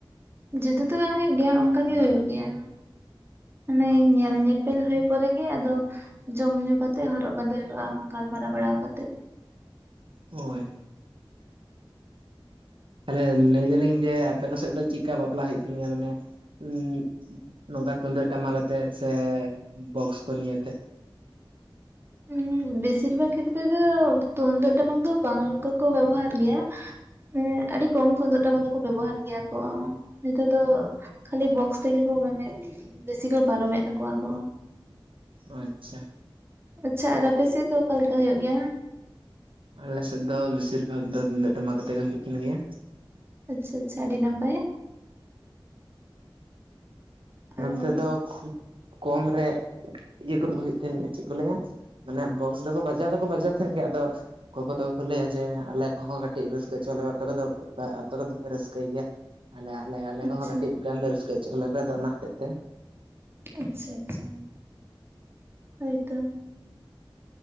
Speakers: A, on the right; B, on the right.
A: ᱡᱩᱫᱟᱹ ᱫᱚ ᱵᱟᱝ ᱦᱩᱭᱩᱜ ᱜᱮᱭᱟ ᱚᱱᱠᱟ ᱜᱮ ᱦᱩᱭᱩᱜ ᱜᱮᱭᱟ ᱢᱟᱱᱮ ᱧᱮᱞ ᱧᱮᱯ ᱯᱮᱞ ᱦᱩᱭ ᱯᱚᱨᱮ ᱜᱮ ᱟᱫᱚ ᱡᱚᱢ ᱧᱩ ᱠᱟᱛᱮᱜ ᱦᱚᱨᱚᱜ ᱵᱟᱸᱫᱮ ᱦᱩᱭᱩᱜᱼᱟ ᱜᱟᱞᱢᱟᱨᱟᱣ ᱵᱟᱲᱟᱣ ᱠᱟᱛᱮᱜ
B: ᱦᱳᱭ ᱛᱟᱦᱚᱞᱮ ᱞᱟᱹᱭ ᱫᱟᱹᱞᱤᱧ ᱡᱮ ᱟᱯᱮ ᱠᱚᱥᱮᱫ ᱫᱚ ᱪᱤᱫᱠᱟ ᱵᱟᱯᱞᱟ ᱦᱩᱭᱩᱜ ᱛᱟᱦᱮᱱ ᱜᱮᱭᱟ ᱢᱟᱱᱮ ᱩᱢ ᱱᱚᱝᱠᱟ ᱛᱩᱢᱫᱟᱹᱜ ᱴᱟᱢᱟᱠ ᱟᱛᱮᱫ ᱥᱮ ᱵᱚᱠᱥ ᱠᱚ ᱱᱤᱭᱟᱹ ᱟᱛᱮᱫ
A: ᱦᱚᱢ ᱵᱮᱥᱤᱨ ᱵᱷᱟᱜᱽ ᱠᱷᱮᱛᱨᱮ ᱫᱚ ᱛᱩᱢᱫᱟᱜ ᱴᱟᱢᱟᱠ ᱫᱚ ᱵᱟᱝ ᱜᱮᱠᱚ ᱵᱮᱵᱚᱦᱟᱨ ᱜᱮᱭᱟ ᱮᱸᱜ ᱟᱹᱰᱤ ᱠᱚᱢ ᱛᱩᱢᱫᱟᱹᱜ ᱴᱟᱢᱟᱠ ᱫᱚᱠᱚ ᱵᱮᱵᱚᱦᱟᱨ ᱜᱮᱭᱟ ᱠᱚ ᱱᱮᱛᱟᱨ ᱫᱚ ᱠᱷᱟᱹᱞᱤ ᱵᱚᱠᱥ ᱛᱮᱜᱮ ᱠᱚ ᱢᱟᱱᱮ ᱵᱮᱥᱤ ᱠᱚ ᱯᱟᱨᱚᱢᱮᱫ ᱛᱟᱠᱚᱣᱟ ᱠᱚ
B: ᱟᱪᱷᱟ
A: ᱟᱪᱷᱟ ᱟᱨ ᱟᱯᱮ ᱥᱮᱫ ᱫᱚ ᱚᱠᱟ ᱞᱮᱠᱟ ᱦᱩᱭᱩᱜ ᱜᱮᱭᱟ
B: ᱟᱞᱮ ᱥᱮᱫ ᱫᱚ ᱵᱮᱥᱤᱨ ᱵᱷᱟᱜᱽ ᱫᱚ ᱛᱩᱢᱫᱟᱹᱜ ᱴᱟᱢᱟᱠ ᱟᱛᱮ ᱜᱮ ᱦᱩᱭᱩᱜ ᱛᱟᱹᱦᱮᱱ ᱜᱮᱭᱟ
A: ᱟᱪᱷᱟ ᱟᱪᱷᱟ ᱟᱹᱰᱤ ᱱᱟᱯᱟᱭ ᱟᱨ
B: ᱱᱚᱛᱮ ᱫᱚ ᱠᱷᱩᱵ ᱠᱚᱢᱨᱮ ᱤᱭᱟᱹ ᱠᱚᱫᱚ ᱦᱩᱭᱩᱜ ᱛᱟᱹᱦᱮᱱ ᱜᱮ ᱪᱮᱫ ᱠᱚ ᱞᱟᱹᱭᱟ? ᱢᱟᱱᱮ ᱵᱚᱠᱥ ᱫᱚᱠᱚ ᱵᱟᱡᱟᱣ ᱫᱚᱠᱚ ᱵᱟᱡᱟᱣ ᱛᱟᱦᱮᱱ ᱜᱮᱭᱟ ᱟᱫᱚ ᱜᱚᱜᱚ ᱛᱟᱠᱚ ᱠᱚ ᱞᱟᱹᱭᱟ ᱡᱮ ᱟᱞᱮ ᱠᱚᱦᱚᱸ ᱠᱟᱹᱴᱤᱡ ᱨᱟᱹᱥᱠᱟᱹ ᱚᱪᱚ ᱟᱞᱮ ᱯᱮ ᱟᱯᱮ ᱠᱚᱫᱚ ᱛᱟ ᱟᱯᱮ ᱠᱚᱫᱚ ᱯᱮ ᱨᱟᱹᱥᱠᱟᱹᱭ ᱜᱮᱭᱟ ᱟᱞᱮ ᱟᱞᱮ ᱟᱞᱮ
A: ᱟᱪᱪᱷᱟ
B: ᱠᱚᱦᱚᱸ ᱠᱟᱹᱴᱤᱡ ᱜᱟᱱ ᱫᱚ ᱨᱟᱹᱥᱠᱟᱹ ᱚᱪᱚᱣᱟᱞᱮᱯᱮ ᱟᱫᱚ ᱚᱱᱟ ᱦᱚᱛᱮᱫ ᱛᱮ
A: ᱟᱪᱪᱷᱟ ᱟᱪᱪᱷᱟ ᱦᱚᱭᱛᱚ